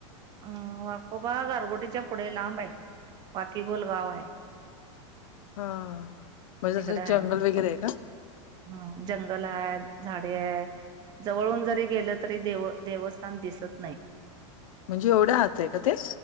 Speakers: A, on the right; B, on the left.
A: अ वाकोबा गारगोटीच्या पुढे लांब आहे वाकीगोल गाव आहे
B: हा हा म्हणजे
A: तिकडे
B: तसं
A: आहे
B: जंगल वगैरे
A: पण
B: आहे का
A: हा जंगल आहे झाडे आहे जवळून जरी गेलं तरी देव देवस्थान दिसत नाही
B: म्हणजे एवढं आत आहे का ते